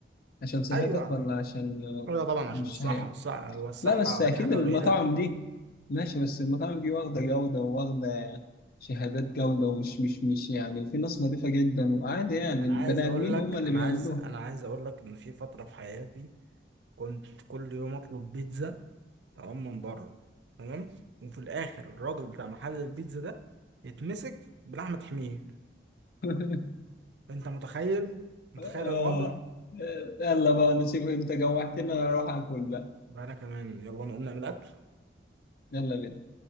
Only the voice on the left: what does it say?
عشان صحتك
ولا عشان آه،
مش
هي
لا بس اكيد
المطاعم
دي ماشي بس المطاعم دي واخده جوده وواخده شهادات جوده ومش مش مش يعني وفي ناس نظيفه جدا وعادي يعني
البني
ادمين
هم اللي
بيعملوها
<laughs>
آه.
آه، يلا بقى نسيبك انت جوعتنا اروح اكل بقى
يلا بينا